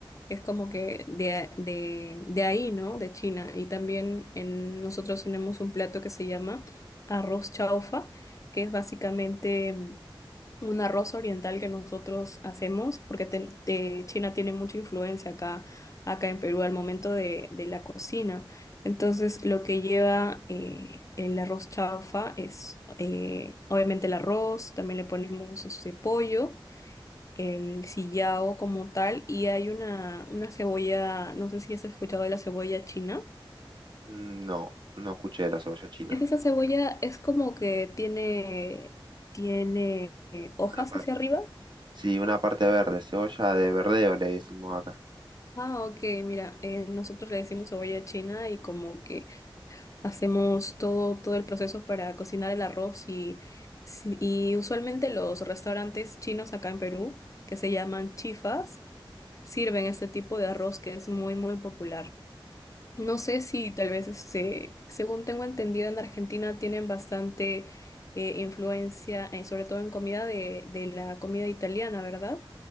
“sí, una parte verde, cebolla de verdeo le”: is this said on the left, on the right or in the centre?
Right